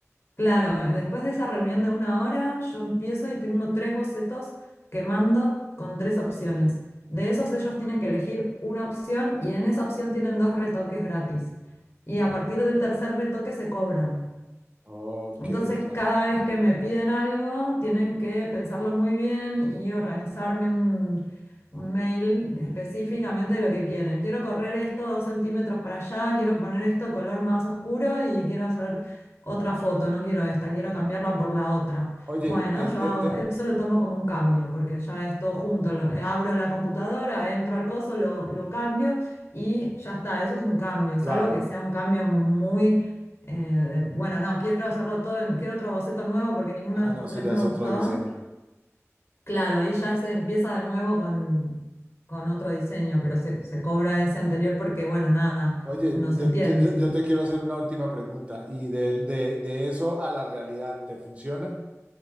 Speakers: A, on the left; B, on the right.
A: claro, después de esa reunión de una hora, yo empiezo y tengo tres bocetos que mando con tres opciones. De esos ellos tienen que elegir una opción y en esa opción tienen dos retoques gratis. Y a partir del tercer retoque se cobran.
B: Ok,
A: Entonces,
B: claro.
A: cada
B: muy
A: vez
B: bien.
A: que me piden algo, tienen que pensarlo muy bien y organizarme un, un mail específicamente de lo que quieren. Quiero correr esto dos centímetros para allá, quiero poner esto color más oscuro y quiero hacer otra foto, no quiero esta, quiero cambiarla por la otra.
B: Oye,
A: Bueno,
B: te,
A: yo
B: te-
A: hago-
B: te-
A: eso lo tomo como un cambio, porque ya es todo junto, lo- eh, abro la computadora, entro al coso, lo, lo cambio y ya está, eso es un cambio,
B: claro.
A: salvo que sea un cambio muy eh, bueno, no, quiero hacerlo todo, en- quiero otro boceto nuevo porque ninguno
B: Ah,
A: de estos
B: no, eso
A: tres
B: ya
A: me
B: es
A: gustó.
B: otro diseño.
A: Claro, ahí ya se empieza de nuevo con, con otro diseño, pero se, se cobra ese anterior porque, bueno, nada,
B: Oye,
A: no
B: yo,
A: se entiende,
B: yo- yo-
A: sino.
B: yo te quiero hacer una última pregunta. ¿Y del- de, de eso a la realidad, te funciona?